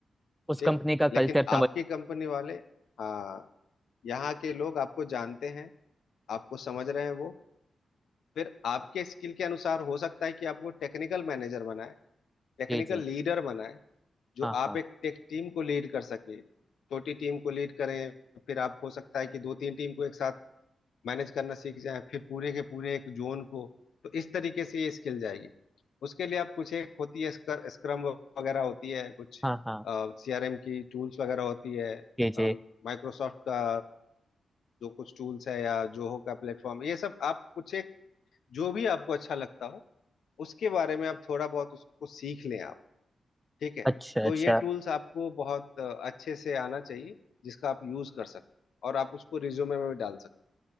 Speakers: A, in the centre; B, on the left.
A: उस
B: ठीक
A: कंपनी का
B: लेकिन
A: कल्चर
B: आपकी
A: समझ
B: कंपनी वाले हाँ यहाँ के लोग आपको जानते हैं आपको समझ रहे हैं वो फिर आपके स्किल के अनुसार हो सकता है कि आपको टेक्निकल मैनेजर बनाए टेक्निकल
A: जी जी
B: लीडर बनाए जो
A: हाँ
B: आप
A: हाँ
B: एक टेक टीम को लीड कर सके छोटी टीम को लीड करें फिर आप हो सकता है कि दो तीन टीम को एक साथ मैनेज करना सीख जाए फिर पूरे के पूरे एक जोन को तो इस तरीके से ये स्किल जाएगी उसके लिए आप कुछ एक होती है स्कर, स्क्रम वगैरह होती है कुछ
A: हाँ हाँ
B: सीआरएम की टूल्स वगैरह होती है
A: जी जी
B: माइक्रोसॉफ्ट का जो कुछ टूल्स है या जोहो का प्लेटफॉर्म ये सब आप कुछ एक जो भी आपको अच्छा लगता हो उसके बारे में आप थोड़ा बहुत उसको सीख लें आप ठीक है
A: अच्छा
B: तो
A: अच्छा
B: ये टूल्स आपको बहुत अ, अच्छे से आना चाहिए जिसका आप यूज कर सकते हैं और आप उसको रिज्यूमे में भी डाल सकते